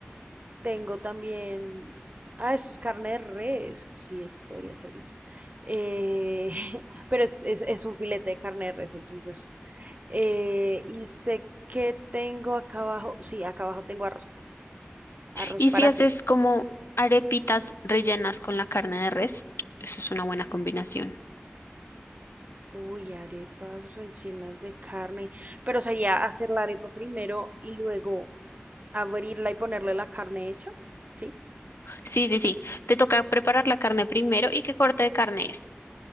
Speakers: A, on the right (about 35°); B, on the left (about 70°).
A: Tengo también... Ah, esto es carne de res. Sí, esto podría servir. Eh, <laughs> pero es, es- es un filete de carne de res, entonces... eh, y sé que tengo acá abajo... Sí, acá abajo tengo arroz. Arroz
B: Y
A: para
B: si
A: hacer.
B: haces como arepitas rellenas con la carne de res, eso es una buena combinación.
A: Uy, arepas rellenas de carne. Pero sería hacer la arepa primero y luego abrirla y ponerle la carne hecha. ¿Sí?
B: Sí, sí, sí. Te toca preparar la carne primero. ¿Y qué corte de carne es?